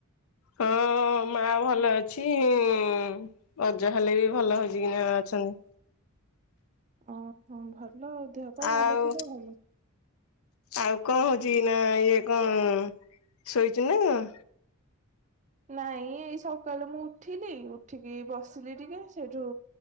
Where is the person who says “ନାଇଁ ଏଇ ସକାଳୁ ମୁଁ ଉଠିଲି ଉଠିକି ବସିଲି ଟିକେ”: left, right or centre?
Right